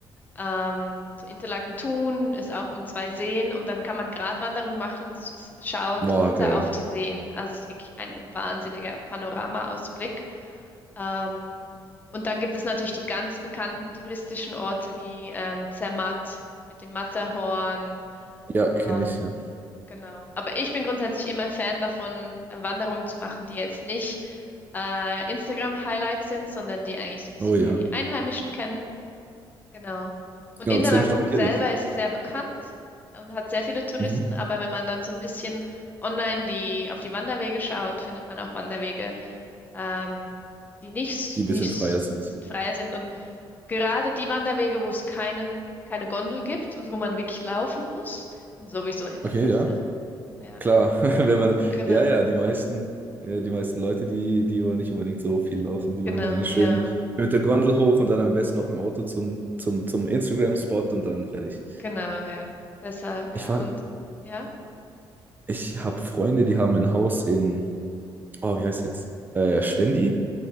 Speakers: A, on the left; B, on the right.
A: Ähm, so Interlaken-Thun ist auch um zwei Seen und dann kann man Gratwanderung machen und s- s- schaut
B: Boah,
A: runter
B: geil.
A: auf die Seen. Also es ist wirklich ein wahnsinniger Panoramaausblick. Ähm, und dann gibt es natürlich die ganz bekannten touristischen Orte wie ähm, Zermatt mit dem Matterhorn
B: Ja, kenne
A: ähm,
B: ich, ja.
A: genau. Aber ich bin grundsätzlich immer Fan davon, Wanderungen zu machen, die jetzt nicht äh, Instagram-Highlights sind, sondern die eigentlich so ein bisschen
B: Oh ja.
A: mehr die Einheimischen kennen. Genau. Und
B: Genau,
A: Interlaken
B: deswegen frage ich
A: selber
B: ja dich.
A: ist sehr bekannt und hat sehr viele Touristen,
B: Mhm.
A: aber wenn man dann so ein bisschen online die, auf die Wanderwege schaut, findet man auch Wanderwege, ähm, die nicht, s-
B: Die ein
A: nicht,
B: bisschen freier
A: s-
B: sind.
A: die sind freier sind. Und Gerade die Wanderwege, wo es keinen, keine Gondel gibt, also wo man wirklich laufen muss, sind sowieso immer
B: Okay,
A: besser.
B: ja.
A: Ja,
B: Klar, <laughs> wenn man,
A: genau,
B: ja, ja, die meisten, ja, die meisten Leute, die, die wollen nicht unbedingt so viel laufen. Die wollen
A: genau,
B: dann schön
A: ja,
B: mit der Gondel hoch und dann am besten noch im Auto zum, zum, zum Instagram-Spot und dann fertig.
A: genau, ja. Deshalb, ja,
B: Ich war,
A: und ja,
B: ich habe Freunde, die haben ein Haus in, oh, wie heißt jetzt? Äh, Schwendi?